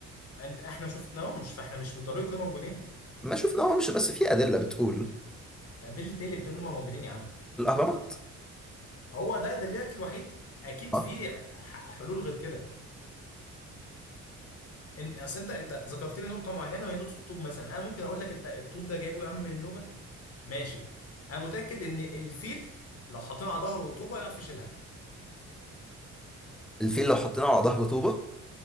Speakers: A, on the left; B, in the centre.
A: انت احنا شفناهم مش فاحنا مش بالضروري يكونوا موجودين
B: ما شفنا هو مش بس في ادله بتقول
A: ادله ايه اللي بتقول انهم موجودين يا عم
B: الاهرامات
A: هو ده ده الاكل الوحيد اكيد
B: آه.
A: في ح- حلول غير كده ان اصل انت انت ذكرت لي نقطه معينه وهي نقطه الطوب مثلا انا ممكن اقول لك انت الطوب ده جايبه يا عم من نوبه ماشي انا متاكد ان الفيل لو حاطينه على ظهره طوبه يعرف يشيلها
B: الفيل لو حطيناه على ظهر طوبه